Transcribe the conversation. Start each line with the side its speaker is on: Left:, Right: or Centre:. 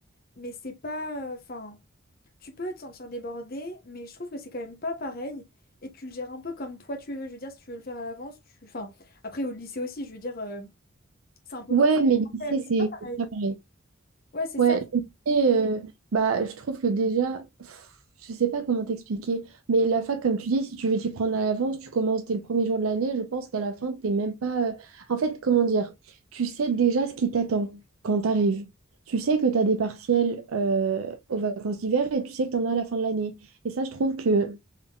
Left: Mais c'est pas. Enfin, tu peux te sentir débordé, mais je trouve que c'est quand même pas pareil. Et tu le gères un peu comme toi tu veux. Je veux dire, si tu veux le faire à l'avance, tu. Enfin, après, au lycée aussi, je veux dire, euh, c'est un peu
Right: ouais,
Left: comme.
Right: mais le lycée,
Left: Mais c'est
Right: c'est
Left: pas pareil.
Right: c'est pas pareil.
Left: Ouais, c'est
Right: Ouais,
Left: ça.
Right: je me disais, euh, bah, je trouve que déjà, pff, je sais pas comment t'expliquer, mais la fac, comme tu dis, si tu veux t'y prendre à l'avance, tu commences dès le premier jour de l'année, je pense qu'à la fin, t'es même pas... euh, En fait, comment dire, tu sais déjà ce qui t'attend quand t'arrives. Tu sais que t'as des partiels euh, aux vacances d'hiver et tu sais que t'en as à la fin de l'année. Et ça, je trouve que